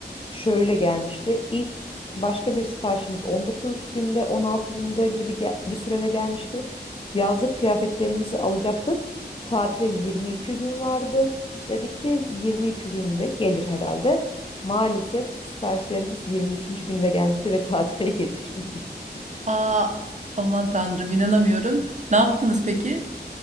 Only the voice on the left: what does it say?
şöyle gelmişti. İlk başka bir siparişimiz 19 günde, 16 günde gibi ge- bir sürede gelmişti. Yazlık kıyafetlerimizi alacaktık. Tatile 22 gün vardı. Dedik ki 22 günde gelir herhalde. Maalesef siparişlerimiz 23. günde gelmişti ve tatile <laughs> yetişmemişti.